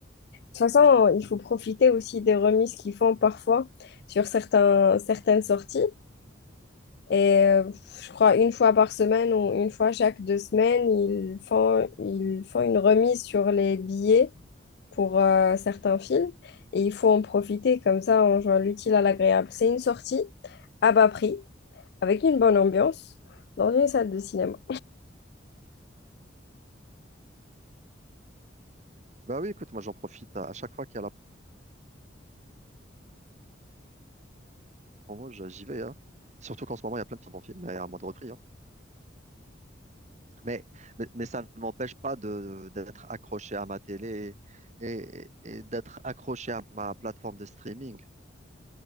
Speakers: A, on the left; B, on the right.
A: toute façon, il faut profiter aussi des remises qu'ils font parfois sur certains, certaines sorties. Et euh, je crois une fois par semaine ou une fois chaque deux semaines, ils font, ils font une remise sur les billets pour euh, certains films. Et il faut en profiter comme ça en jouant l'utile à l'agréable. C'est une sortie à bas prix, avec une bonne ambiance, dans une salle de cinéma.
B: Bah oui, écoute, moi j'en profite à, à chaque fois qu'il y a la promo, je- j'y vais, hein. Surtout qu'en ce moment, il y a plein de films en film, et à moins de repris, hein. Mais, mais, mais ça ne m'empêche pas de, d'être accroché à ma télé et, et d'être accroché à ma plateforme de streaming.